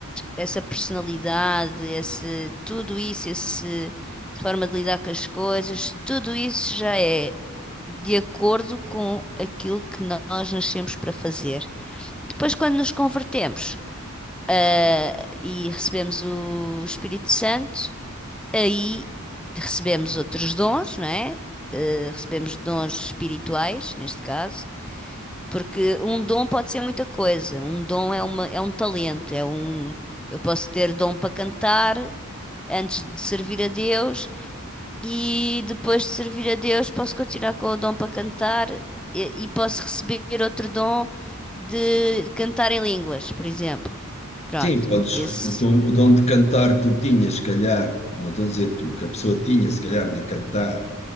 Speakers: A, in the centre; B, on the left (about 30°).
A: essa personalidade, esse, tudo isso, esse forma de lidar com as coisas, tudo isso já é de acordo com aquilo que nós nascemos para fazer. Depois, quando nos convertemos, ah, e recebemos o Espírito Santo, aí recebemos outros dons, não é? Eh, Recebemos dons espirituais, neste caso, porque um dom pode ser muita coisa. Um dom é uma, é um talento, é um, eu posso ter dom para cantar antes de servir a Deus e depois de servir a Deus posso continuar com o dom para cantar e, e posso receber outro dom de cantar em línguas, por exemplo. Pronto.
B: Sim, podes,
A: Esse.
B: o, tom- o dom de cantar que tu tinhas, se calhar, não estou a dizer tu, que a pessoa tinha, se calhar, de cantar